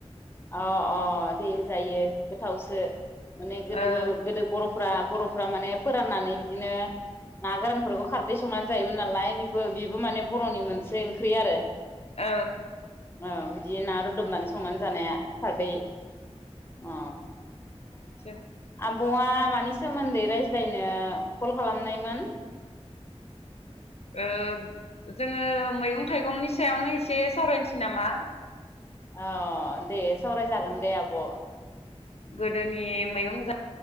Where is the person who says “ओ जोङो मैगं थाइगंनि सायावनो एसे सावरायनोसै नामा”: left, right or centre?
Left